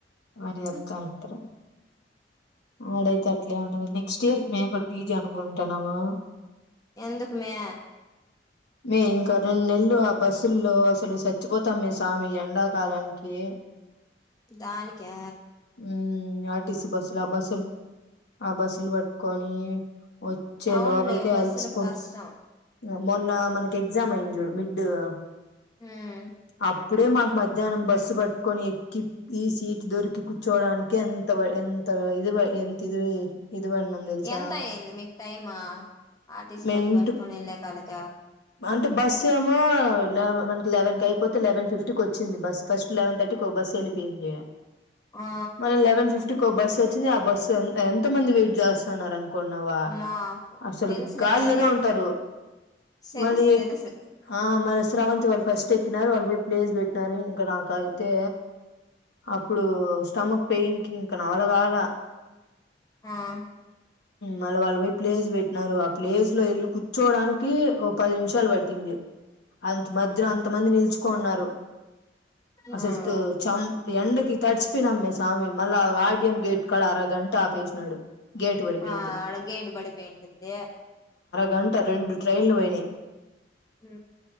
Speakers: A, on the left; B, on the left.
A: వాని చెప్తా
B: ఆహా
A: ఉంటారు ఆడైతే అట్లే ఏమి ఉండదు నెక్స్ట్ ఇయర్ కి మేముపీజీ అనుకుంటా ఉన్నాము
B: ఎందుకు మే
A: మే ఇంకా రెండు నెలలు ఆ బస్సుల్లో అసలు చచ్చిపోతాం మే స్వామి ఎండాకాలానికి
B: దాని కా
A: ఉ ఆర్టీసి బస్సులో ఆ బస్సు ఆ బస్సులు పట్టుకొని వచ్చే
B: అవునులే
A: లోపలికే
B: బస్సులకు
A: అలిసిపోదు
B: కష్టం
A: మొన్న మనకి ఎగ్జామ్ అయింది చూడు మిడ్ అప్పు
B: ఉమ్
A: అప్పుడే మాకు మధ్యాహ్నం బస్సు పట్టుకొని ఎక్కి ఈ సీట్ దొరికి కూర్చు కుర్కోడానికి ఎంత బ ఎంత ఇది ఎంత ఇది పడినాం తెలుసా
B: ఎంత అయ్యంది మీకు టైమ్ ఆర్టీసీ
A: మేము
B: బస్
A: ఇంటి
B: పట్టుకొని వెళ్ళ తల్లికే
A: అంటే బస్సు ఏమో మనకి లెన్ అయిపోతే లెవెన్ ఫిఫ్టీకి వచ్చింది బస్ ఫస్ట్ లెవెన్ థర్టీకి ఒక బస్సు వెళ్ళిపోయింది
B: ఆ
A: మలా ఈవెన్ ఫిఫటీ ఇకి బస్ వచ్చింది ఆ బస్సు ఎంత మంది వెయిట్ చేస్తున్నారును అనుకున్నావా
B: మా
A: అసలు
B: తెలుసులే
A: గాల్లోనే
B: గాని
A: ఉంటారు
B: తెలుసు
A: మళ్ళీ ఎక్
B: తెలుసు
A: మరిస్రావంతివళ్ళ ఫస్ట్ ఎక్కి వాళ్ళు పోయి ప్లేస్ పెట్టినారు ఇంకా నాక అయితే అప్పుడు స్టమక్ పెయిన్ ఇంక నవల కావాల
B: ఆా
A: మళ్ళీ వాళ్ళు పోయి ప్లేస్ పెట్టినారు ఆ ప్లేస్ లో వెళ్ళి కూర్చోడానికి పది నిమిషాలు పట్టింది అంత మధ్యలో అంతమంది నిలుచుకున్నారు
B: ఆ
A: అసలు చం ఎండకి తడిచిపోయినమ్మే స్వామి మళ్ళా ఆర్డియంయం గేట్ కాడ అరగంట ఆపేసినాడు గేట్ పడిపోయింది
B: ఆ అక్కడ గేడ్ పడిపోయింటుంది
A: గంట రెండు ట్రైన్లు పోయినాయి
B: హ